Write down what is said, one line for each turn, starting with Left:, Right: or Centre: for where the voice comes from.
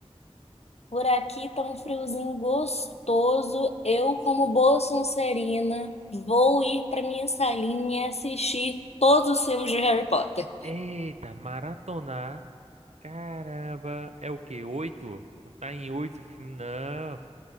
Left: Por aqui tá um friozinho gostoso. Eu, como boa sonserina, vou ir pra minha salinha e assistir todos os filmes de Harry Potter.
Right: Eita, maratonar, caramba, é o quê? Oito? Tá em oito filmes? Não,